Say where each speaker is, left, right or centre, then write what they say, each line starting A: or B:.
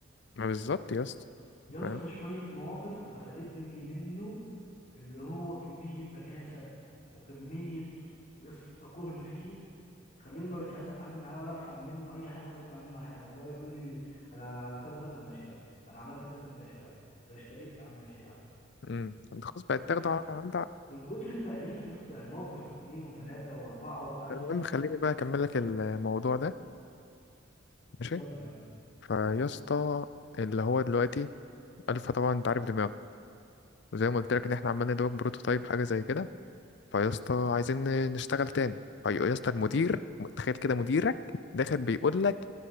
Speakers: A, on the left; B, on the left.
A: ما بالظبط يا اسطى
B: يا اسطى
A: فاهم
B: شويه مواقف انا خلتني منه اللي هو كميه بكاسه وكميه يا اسطى كهن فيه خلوني ما بقتش عايز اتعامل معاه ولا افهم منه اي حاجه ولا اسمع منه اي حاجه اللي هو يقول لي انا كذا كذا ماشي يا الف انا عملت كذا ماشي يا الف انا اشتريت يا عم ماشي يا عم
A: مم. انت خلاص بقت
B: من كتر
A: تاخده على عند
B: من كتر التأليف يا اسطى يعني موقف واثنين وثلاثه واربعه وخمسه
A: المهم خليني بقى أكمل لك الموضوع ده ماشي
B: كمل يا عم
A: فيا اسطى اللي هو دلوقتي ألفا طبعا أنت عارف دماغه وزي ما قلت لك إن إحنا عمالين ندوق بروتوتايب حاجة زي كده فيا اسطى عايزين ن- نشتغل تاني فيا اسطى المدير تخيل كده مديرك داخل بيقول لك